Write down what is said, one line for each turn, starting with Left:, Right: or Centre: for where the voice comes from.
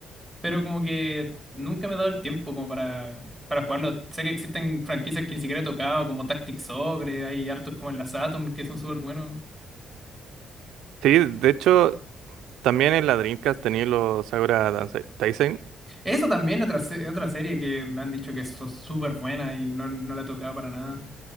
Centre: pero como que nunca me he dado el tiempo como para, para jugarlos. Sé que existen franquicias que ni siquiera he tocado, como Tactics Ogre, hay hartos como en la Saturn que son súper buenos.
Right: Sí, de hecho, también en la Dreamcast tenía los Sakura Dance- Taisen.
Centre: Eso también, otra, se- otra serie que me han dicho que es súper buena y no, no la he tocado para nada.